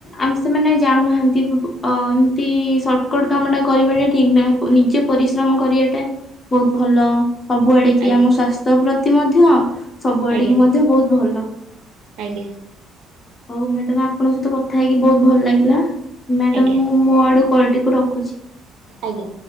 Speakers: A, on the left (about 35°); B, on the right (about 70°).
A: ଆମେ ସେମାନେ ଜାଣୁନାହାନ୍ତି। ଅ ଏମତି ସର୍ଟକଟ କାମ ଟା କରିବାଟା ଠିକ ନାହିଁ ନିଜେ ପରିଶ୍ରମ କରିବାଟା ବହୁତ ଭଲ ସବୁଆଡିକି
B: ଆଜ୍ଞା
A: ଆମ ସ୍ୱାସ୍ଥ୍ୟ ପ୍ରତି ମଧ୍ୟ ସବୁଆଡିକି
B: ଆଜ୍ଞା ଆଜ୍ଞା
A: ମଧ୍ୟ ବହୁତ ଭଲ।
B: ଆଜ୍ଞା।
A: ହଉ ମ୍ୟାଡାମ ଆପଣଙ୍କ ସହିତ କଥା ହେଇକି ବହୁତ ଭଲ ଲାଗିଲା। ମ୍ୟାଡାମ
B: ଆଜ୍ଞା।
A: ମୁଁ ମୋ ଆଡୁ କଲ ଏକୁ ରଖୁଛି।
B: ଆଜ୍ଞା।